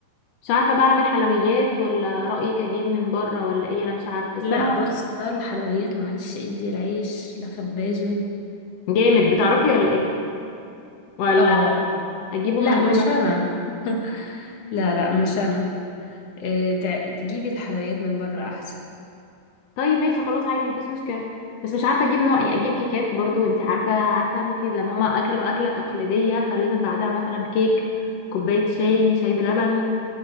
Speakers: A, on the left; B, on the left.
A: مش عارفه بقى اعمل حلويات ولا رايك اجيب من بره ولا ايه انا مش عارفه بس
B: لا
A: انا
B: بص بقى الحلويات معلش ادي العيش لخبازه
A: جامد بتعرفي ولا ايه ولا
B: اه
A: اجيبه
B: لا
A: من بره
B: مش انا <laughs> لا لا مش انا إيه تع- تجيبي الحلويات من بره احسن
A: طيب ماشي خلاص عادي مفيش مشكله بس مش عارفه اجيب نوع ايه اجيب كيكات برضو انت عارفه عارفه انت لما هما اكلوا اكله تقليديه فلازم بعدها مثلا كيك كوبايه شاي شاي بلبن